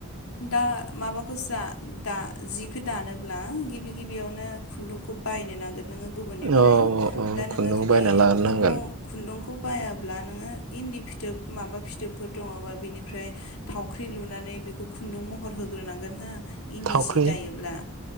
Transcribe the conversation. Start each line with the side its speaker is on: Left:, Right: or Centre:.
Left: दा माबाखौ जा दा जिखौ दानोब्ला गिबि गिबियावनो खुन्दुंखौ बायनो नांगोन। नोङो गुबुननिफ्राय
Right: औ औ
Left: दा नोङो
Right: खुन्दुं
Left: जुदि
Right: बायना लाग्रोनांगोन
Left: खम्ब' खुन्दुंखौ बायाब्ला नोङो इन्दि फिथोब माबा फिथोबफोर दङबा बिनिफ्राय थावख्रि लुनानै बेखौ खुन्दुं महर होग्रोनांगोन हो। इन्दि
Right: थावख्रि
Left: सि दायोब्ला।